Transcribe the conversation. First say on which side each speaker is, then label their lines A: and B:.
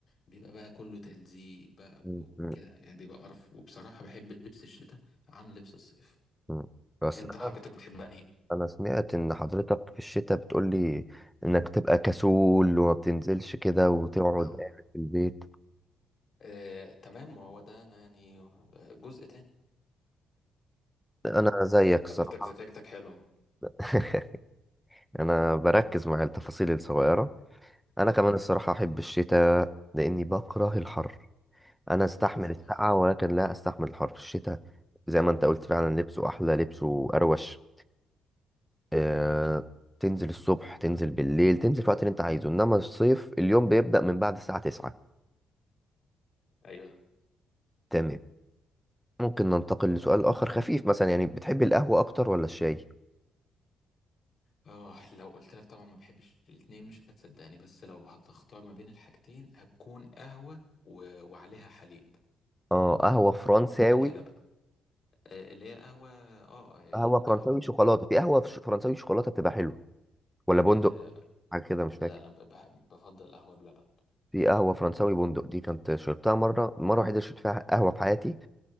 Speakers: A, on the left (about 45°); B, in the centre.
A: بيبقى بقى كله تلزيق بقى
B: مم،
A: وكده
B: مم،
A: يعني بيبقى قرف وبصراحة بحب لبس الشتاء عن لبس الصيف
B: مم. بس
A: أنت
B: انا
A: حضرتك بتحب أنهي؟
B: انا سمعت ان حضرتك في الشتاء بتقولي انك تبقى كسول وما بتنزلش كده وتقعد
A: أو.
B: قاعد في البيت
A: آه، تمام ما هو ده أنا يعني آه، جزء تاني
B: انا
A: مم.
B: زيك الصراحه
A: حضرتك ذاكرتك حلوة
B: <laughs> انا بركز مع التفاصيل الصغيره انا كمان
A: آه،
B: الصراحه احب الشتاء لاني بكره الحر انا استحمل
A: يا سلام
B: السقعه ولكن لا استحمل الحر الشتاء زي ما انت قلت فعلا لبسه احلى لبسه اروش أه... تنزل الصبح تنزل بالليل تنزل في الوقت اللي انت عايزه انما الصيف اليوم بيبدا من بعد الساعه 9
A: ايوه
B: تمام ممكن ننتقل لسؤال اخر خفيف مثلا يعني بتحب القهوه اكتر ولا الشاي
A: اه لو قلت لك طبعا ما بحبش الاتنين مش هتصدقني بس لو هتختار ما بين الحاجتين هتكون قهوة و... وعليها حليب
B: اه قهوه فرنساوي
A: عليها لبن آه اللي هي قهوة اه
B: قهوه
A: القهوة
B: فرنساوي
A: باللبن
B: شوكولاته في قهوه فرنساوي شوكولاته بتبقى حلوه ولا بندق
A: آه
B: حاجه كده مش فاكر
A: لا انا ب... بحب- بفضل قهوة بلبن
B: في قهوة فرنساوي بندق دي كنت شربتها مرة مرة وحيدة شربت فيها قهوة في حياتي